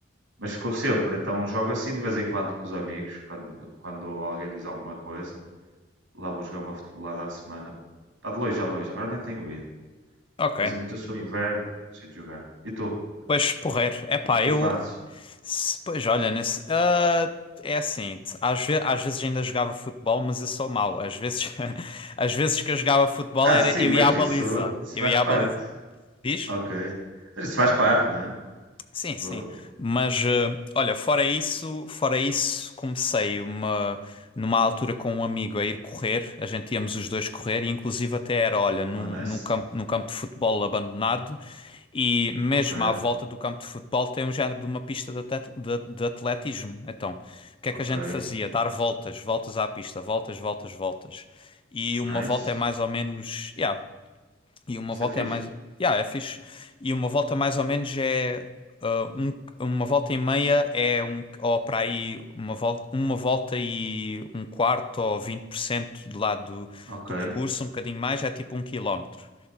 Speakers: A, on the right; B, on the left.
A: Mas ficou sempre, então jogo assim de vez em quando com os amigos, quando, quando alguém diz alguma coisa Lá vou jogar uma futebolada à semana. Está de longe a longe, agora nem tenho ido.
B: ok.
A: Depois imitou-se o inverno, deixa de jogar. E tu? O
B: Pois, porreiro. É pá,
A: que é que tu
B: eu.
A: fazes?
B: se- Pois, olha, nesse. ah, é assim, t- às, ve- às vezes ainda jogava futebol, mas eu sou mau. Às vezes, <laughs> às vezes que eu jogava futebol
A: Ah,
B: era
A: sim,
B: eu
A: mas
B: ia à baliza.
A: isso, isso
B: Eu
A: faz
B: ia
A: parte.
B: à baliza. Diz?
A: Ok. Mas isso faz parte, né?
B: Sim,
A: Vou-
B: sim. Mas eh, olha, fora isso, fora isso, comecei uma numa altura com um amigo a ir correr. A gente íamos os dois correr e inclusive até era, olha, num,
A: Oh, nice.
B: num campo, num campo de futebol abandonado e mesmo
A: Ok,
B: à volta do campo de futebol tem um género de uma pista de, atet- de, de atletismo. Então, o que
A: ok.
B: é que a gente fazia? Dar voltas, voltas à pista, voltas, voltas, voltas. E uma
A: Nice.
B: volta é mais ou menos, yeah, e uma
A: Isso
B: volta
A: é fixe.
B: é mais. Yeah, é fixe. E uma volta mais ou menos é. ah, um- uma volta e meia é um. Ou para aí, uma volta, uma volta e um quarto ou 20% do lado do,
A: Ok.
B: do percurso, um bocadinho mais, é tipo um quilómetro.